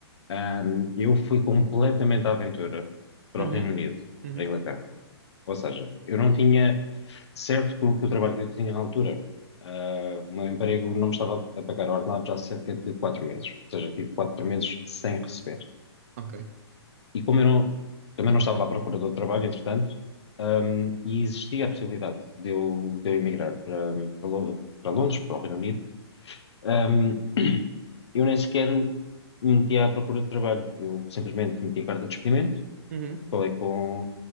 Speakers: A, on the left; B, on the right.
A: Ahm, eu fui completamente à aventura para
B: uhum,
A: o Reino Unido,
B: uhum,
A: para a Inglaterra. Ou seja, eu não tinha certo que, o que o trabalho que eu tinha na altura, ah, o meu emprego não me estava a pagar ordenado já há cerca de quatro meses. Ou seja, tive quatro meses sem receber.
B: ok.
A: E como eu não, também não estava à procura de outro trabalho, entretanto, hum, e existia a possibilidade de eu, de eu emigrar para, para Lo- para Londres, para o Reino Unido, hum, <clears throat> eu nem sequer me meti à procura de trabalho. Eu simplesmente meti a carta de despedimento,
B: Uhum,
A: falei com,